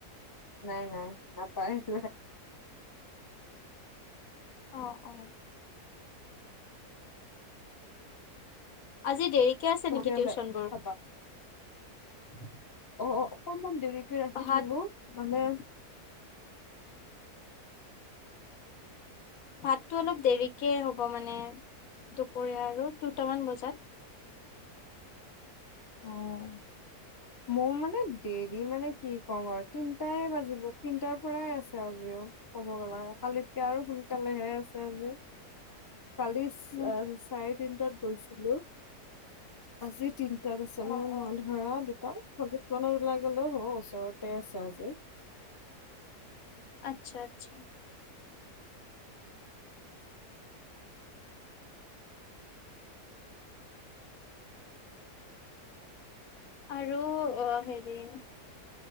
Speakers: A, on the left; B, on the left.
A: নাই নাই নাপাৰিলে।
B: অ, অ, আজি দেৰিকে আছে
A: তেতিয়াহ'লে
B: নেকি টিউচন বোৰ?
A: চাবা অ, অকমান দেৰিকে ৰাখি
B: ভাত
A: থলোঁ মানে
B: ভাততটো অলপ দেৰিকে হ'ব মানে দুপৰীয়া আৰু দুটামান বজাত,
A: অ মোৰ মানে দেৰি মানে কি ক'ম আৰু তিনটাই বাজিব তিনটাৰ পৰাই আছে আজিও। ক'ব গ'লা কালিতকে আৰু সোনকালেহে আছে আজি।
B: <unintelligible>
A: কালি
B: উম
A: চাৰে তিনটাত গৈছিলোঁ, আজি তিনটাত আছে মানে
B: অ অ
A: মা ধৰা দুটাত ওলাই গ'লেও হ' ওচৰতে আছে আজি।
B: আচ্ছা আচ্ছা। আৰু অ, হেৰি